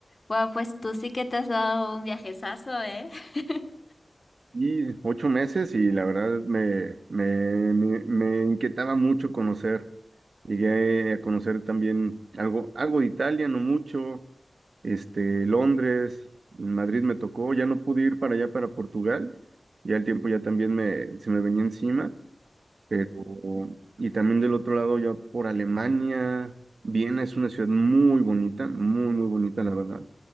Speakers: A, on the left (about 40°); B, on the right (about 85°).
A: Wow, pues tú sí que te has dado un viajezazo, ¿eh? <laughs>
B: Y ocho meses y la verdad me, me, me, me inquietaba mucho conocer. Llegué a conocer también algo, algo de Italia, no mucho, este, Londres, Madrid me tocó, ya no pude ir para allá, para Portugal, ya el tiempo ya también me, se me venía encima, pero, y también del otro lado ya por Alemania, Viena es una ciudad muy bonita, muy, muy bonita, la verdad.